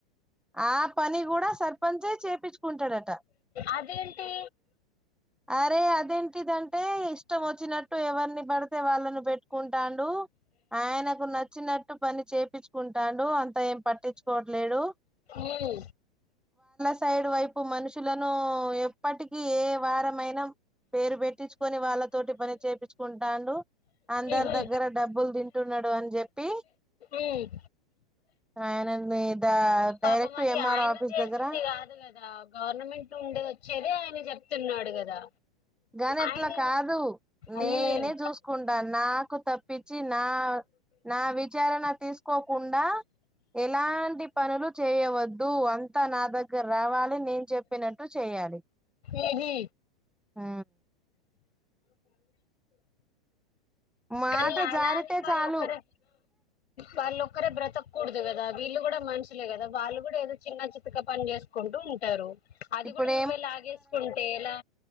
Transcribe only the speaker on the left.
అదేంటి
ఉమ్
ఉహు
ఉమ్
పాపం అది
ఆయన
చేసింది
కాదు కదా గవర్నమెంట్ లోర్ ఉండేది వచ్చేది ఆయన చెప్తున్నాడు కదా
ఆయన
ఉమ్,
ఉమ్,
ఏహి
కానీ అలా
అని వాళ్లు
ఒక్కరూ వాళ్లు ఒక్క ఒక్కరే బ్రతకూడదు కదా వీళ్ళు కూడా మనుషులే కదా వాళ్ళు కూడా ఏదో చిన్న చితుక పని చేసుకుంటూ ఉంటారు అది
కూడా నువ్వె లాగేసుకుంటే ఎలా